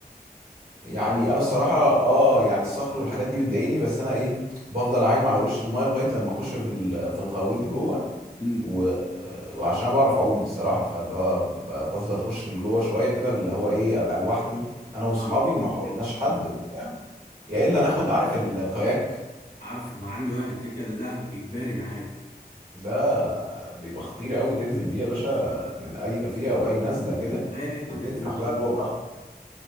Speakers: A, on the right; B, on the left.
A: يعني انا الصراحة اه يعني الصخر والحاجات دي بتضايقني بس انا ايه بفضل عايم على وش المايه لغايه لما اخش في ال- في الغويط جوه
B: امم
A: و... وعشان انا بعرف اعوم الصراحه فاللي هو ب- بفضل اخش لجوه شويه كده اللي هو ايه ابقى لوحدي انا واصحابي
B: فاهم
A: وما حواليناش حد
B: فاهم
A: وبتاع يا الا ناخد عارف الكاياك
B: عارفه عندي واحد كده كده ده اجباري معايا
A: ده بيبقى خطير قوي تنزل بيه يا باشا من اي كافيه او اي نزله كده
B: مم. اي حته
A: وتفرح
B: ما تعتمدش
A: بقى
B: ده
A: جوه براحتك